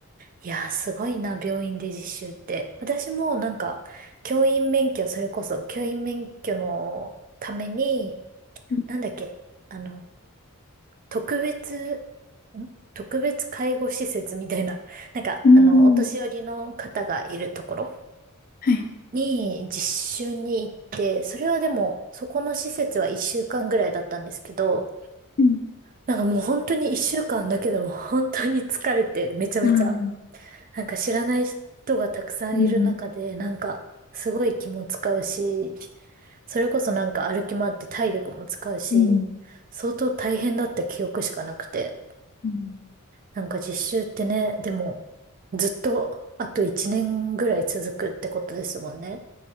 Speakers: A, on the right; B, on the left.
A: いやー、すごいな、病院で実習って。私もなんか、教員免許、それこそ、教員免許のために、
B: うん。
A: なんだっけ、あの、特別、ん特別介護施設みたいな、なんか、
B: うん
A: あの、お年寄りの方がいるところ
B: はい。
A: に実習に行って、それはでも、そこの施設は一週間ぐらいだったんですけど、
B: うん。
A: なんかもう本当に一週間だけでも本当に疲れてめちゃめちゃ
B: うん
A: なんか知らない人がたくさんいる中で、
B: うん
A: なんかすごい気も使うし、それこそなんか歩き回って体力も使うし、
B: うん
A: 相当大変だった記憶しかなくて。
B: うん
A: なんか実習ってね、でもずっとあと1年ぐらい続くってことですもんね。